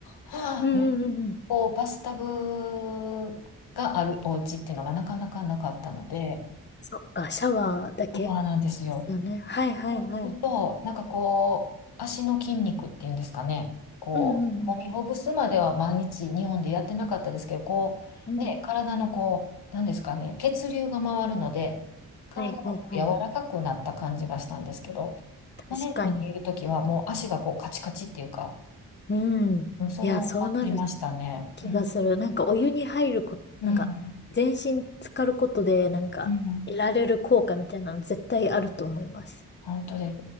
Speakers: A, on the left; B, on the left.
A: <laughs>
B: うんうんうんうん。
A: こう、バスタブがあるお家っていうのがなかなかなかったので、
B: そっか、シャワーだけで
A: そうなんですよ。
B: すよね。はいはいはい。
A: そうすると、なんかこう、足の筋肉っていうんですかね、こう、
B: うんうんうん。
A: 揉みほぐすまでは毎日日本でやってなかったですけど、こう、
B: うん。
A: ね、体のこう、なんですかね、血流が回るので、体がこう柔らかくなった感じがしたんですけど、
B: はいはいはい。確かに。
A: マレーシアにいるときはもう足がこうカチカチっていうか、
B: うん。
A: うんそれを感じましたね。
B: いや、そうなる気がする。
A: うん。
B: なんかお湯に入るこ、なんか全身浸かることで、
A: うん。
B: なんか得られる効果みたいなの絶対あると思います。
A: うん本当です。